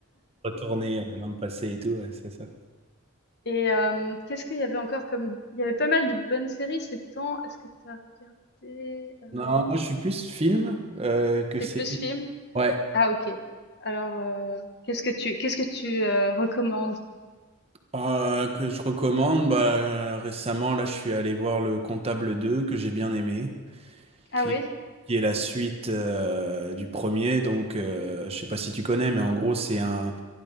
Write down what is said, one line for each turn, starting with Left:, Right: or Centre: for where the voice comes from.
Right: Retourner euh, dans le passé et tout, ouais, c'est ça.
Left: peu. Et euh, qu'est-ce qu'il y avait encore comme il y avait pas mal de bonnes séries ces temps. Est-ce que tu as regardé euh...
Right: Non, moi je suis plus film euh, que
Left: t'es
Right: série.
Left: plus film?
Right: Ouais.
Left: Ah OK. Alors euh, qu'est-ce que tu qu'est-ce que tu euh, recommandes?
Right: Euh, que je recommande. Bah, euh, récemment, là, je suis allé voir Le Comptable 2 que j'ai bien aimé,
Left: Ah
Right: qui,
Left: oui?
Right: qui est la suite euh, du premier. Donc, euh, je sais pas si tu connais, mais en gros, c'est un,